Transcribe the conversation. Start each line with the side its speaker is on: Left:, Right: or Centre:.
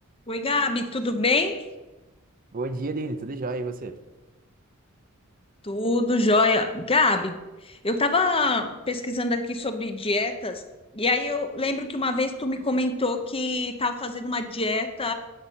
Left: Oi, Gabi, tudo bem?
Right: Bom dia, Dani. Tudo jóia? E você?
Left: Tudo jóia. Gabi, eu estava pesquisando aqui sobre dietas, e aí eu lembro que uma vez tu me comentou que estava fazendo uma dieta,